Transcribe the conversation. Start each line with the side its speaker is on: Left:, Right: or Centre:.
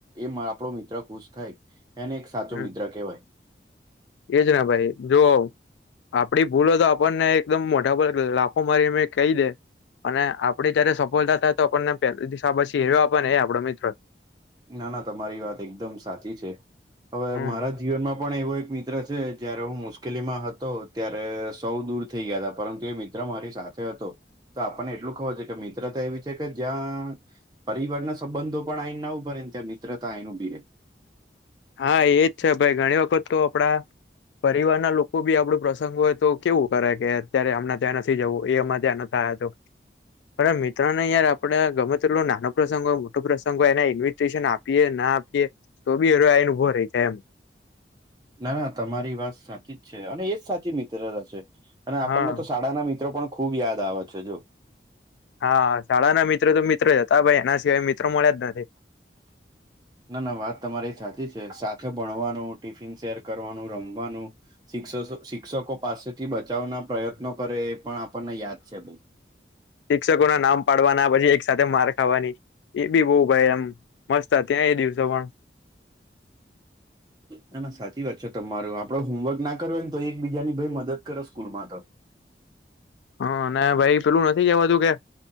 Right: એ માડ આપડો મિત્ર ખુશ થાય એને એક સાચો
Left: હમ
Right: મિત્ર કહેવાય.
Left: એજ ને ભાઈ જો આપડી ભૂલો તો આપણને એકદમ મોઢા પર લાફો મારી મે કહી દે અને આપડી જયારે સફળતા થાય તો આપણને પેલી દિશા પછી હેરવા આપ ને એ આપડો મિત્રો.
Right: ના ના તમારી વાત એકદમ સાચી છે હવે
Left: હમ
Right: મારા જીવનમાં પણ એવો એક મિત્ર જયારે હું મુશ્કેલીમાં હતો ત્યારે સૌ દૂર થઈ ગયા હતા પરંતુ એ મિત્ર મારી સાથે હતો. તો આપણને એટલું ખવર છે કે મિત્રતા એવી છે કે જ્યાં પરિવારના સંબંધો પણ આઈને <unintelligible> મિત્રતા આવીને ઉભી રહે.
Left: હા એજ છે ભાઈ ઘણી વખત તો આપડા પરિવારના લોકો બી આપડો પ્રસંગ હોય તો કેવું કરે કે અત્યારે હમણાં ત્યાં નથી જવું એ અમારે ત્યાં ન <unintelligible> પણ આ મિત્રો ને યાર આપડે ગમે ટલો નાનો પ્રસંગ હોય મોટો પ્રસંગ હોય એને ઇન્વીિટેશન આપીએ ના આપીએ તો બી એ ઉભો રેય જાય એમ.
Right: ના ના તમારી વાત સાચી જ છે અને એજ સાચી મિત્રતા છે અને આપણને
Left: હા
Right: તો શાળાના મિત્રો પણ ખુબ યાદ આવે છે જો.
Left: હા શાળાના મિત્રો તો મિત્રો જ હતા ભાઈ એના સિવાય મિત્રો મળ્યા જ નથી.
Right: ના ના વાત તમારી સાચી છે સાથે ભણવાનું ટિફિન શેર કરવાનું રમવાનું શિક્ષ શિક્ષકો પાસેથી બચાવના પ્રયત્નો કરે એ પણ આપણને યાદ છે ભાઈ.
Left: શિક્ષકોના નામ પાડવાના પછી એક સાથે માર ખાવાની. એબી બઉ ભાઈ મસ્ત હતી ને એ દિવસો પણ.
Right: ના ના સાચી વાત છે તમારી આપડે હોમવર્ક ના કર્યો હોય ને તો એકબીજાની ભાઈ મદદ કરો સ્કૂલમાં તો.
Left: હા અને ભાઈ પેલું નથી કેવાતું કે